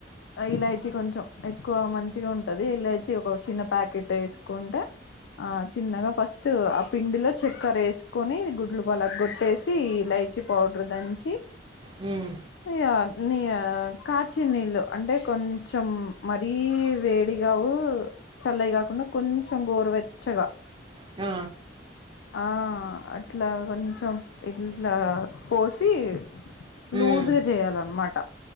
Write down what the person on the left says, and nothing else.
ఇలాయచి కొంచెం ఎక్కువ మంచిగా ఉంటది ఇలాచి ఒక చిన్న ప్యాకెట్ వేసుకుంటే ఆ చిన్నగా ఫస్ట్ ఆ పిండిలో చక్కర వేసుకొని గుడ్లు పలగ్గొట్టేసి ఇలైచి పౌడర్ దంచి
ఇ నీ కాచినీళ్ళు అంటే కొంచెం మరీ వేడిగావు చల్లయి కాకుండా కొంచెం గోరువెచ్చగా
ఆ అట్లా కొంచెం ఇట్లా పోసి
లూజ్ గా చేయాలన్నమాట